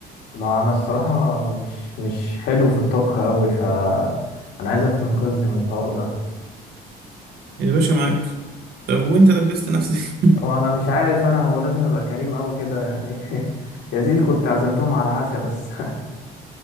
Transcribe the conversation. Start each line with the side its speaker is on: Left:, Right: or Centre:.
Left: ما انا الصراحه مش مش حلو في الطبخ قوي ف انا عايزك تنقذني من الحوار ده
Right: <laughs> يا باشا معاك طب وانت دبست نفسك
Left: وانا مش عارف انا هو لازم ابقى كريم قوي كده يعني <laughs> يا سيدي كنت عزمتهم على عشاء بس